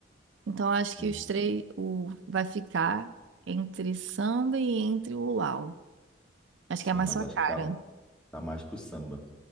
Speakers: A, on the right; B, in the centre.
A: Então, acho
B: Sim.
A: que os três, o, vai ficar entre samba e entre o luau. Acho
B: Sim,
A: que é mais
B: mas
A: sua
B: eu acho
A: cara.
B: que tá, tá mais pro samba.